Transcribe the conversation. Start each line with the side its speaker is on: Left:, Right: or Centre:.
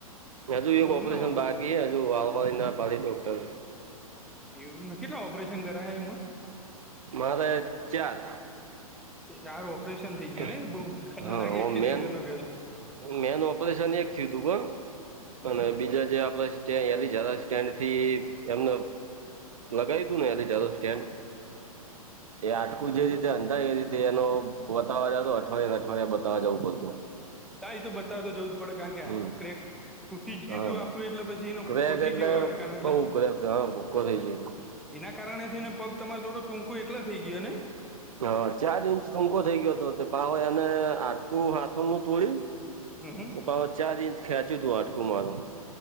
Right: પણ હજુ
Centre: એવું
Right: એક ઓપરેશન
Centre: એમને
Right: બાકી છે, હજુ હળવાની ના કાલી ડોક્ટર
Centre: એવ કેટલા ઓપરેશન કરા એમાં?
Right: મારે ચાર
Centre: ચાર ઓપરેશન થઈ ગયા
Right: <inaudible>
Centre: ને બહુ ખતરનાક
Right: હા
Centre: અકેડીન્ટ
Right: મેન
Centre: <inaudible>
Right: મેન ઓપરેશન એક થયું તું,
Centre: હમ
Right: પણ અને બીજા જે આપડે જ સ્ટેન્ડ થી એમનો લગાઈ તું ને એની ચાલો સ્ટેન્ એ હાડકું
Centre: બરોબર
Right: જે રીતે હંધાય એ રીતે એનો વતાવવા જાતો અઠવાડિયા અઠવાડિયા બતાવવા જવું પડતું
Centre: તા એ તો બતાવતો જવું જ પડે, કારણ કે હાડકું
Right: હમ
Centre: ક્રેક્ટ તૂટી જ ગીયુતું
Right: હા
Centre: આખું એટલે પછી એનો
Right: ક્રેક
Centre: ભૂકો
Right: એટલે
Centre: થઈ ગયો હડકાણ એટલે
Right: બઉ ક્રેક હા ભૂકો થઈ
Centre: હ
Right: ગયો
Centre: એના કારણે થઈ ને પગ તમારે થોડો ટૂંકો એટલા થઈ ગયો ને?
Right: હા, ચાર ઇંચ ટૂંકો થઈ ગયો હતો તે પાવ એને આટકું હાથોનું તોળ્યું.
Centre: હમ હમ
Right: હ ચાર ઇંચ ખેંચ્યું તું આટકું મારું.